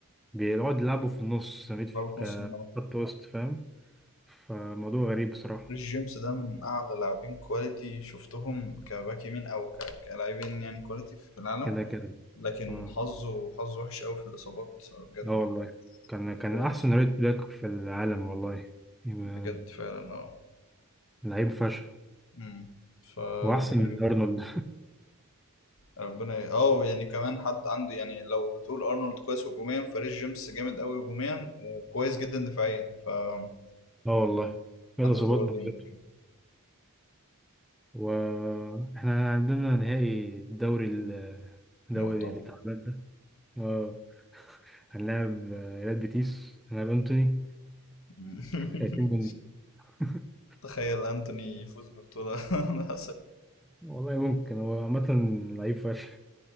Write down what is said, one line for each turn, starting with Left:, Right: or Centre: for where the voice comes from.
Centre: بيقعد يلعبه في النص ميد في-
Left: ضربة نص الملعب
Centre: كخط وسط فاهم فالموضوع غريب بصراحة
Left: ريس جيمس ده من أعلى لاعبين كواليتي شفتهم كباك يمين أو ك- كلاعبين يعني كواليتي في العالم
Centre: كده كده
Left: لكن
Centre: اه
Left: حظه حظه وحش أوي في الإصابات بجد
Centre: اه والله كان
Left: الموضوع
Centre: كان أحسن
Left: صعب.
Centre: رايت باك في العالم والله يبقى
Left: بجد فعلا اه
Centre: لعيب فشخ
Left: أمم. فربنا
Centre: وأحسن من
Left: يبارك
Centre: أرنولد
Left: ربنا ي... اه يعني كمان حد عنده يعني لو بتقول أرنولد كويس هجوميا فريس جيمس جامد أوي هجوميا وكويس جدا دفاعيا فعنده
Centre: <laughs> اه والله كده ظباط
Left: توازن
Centre: بالظبط واحنا عندنا نهائي الدوري ال- الدوري
Left: مؤتمر
Centre: اللي تعبان ده اه هنلاعب آه، ريال بيتيس هنلاعب انتوني
Left: <laughs> أمم.
Centre: خايفين منه <laughs>
Left: تخيل أنتوني يفوز ببطولة <laughs> أنا
Centre: والله ممكن هو عامة لعيب فشخ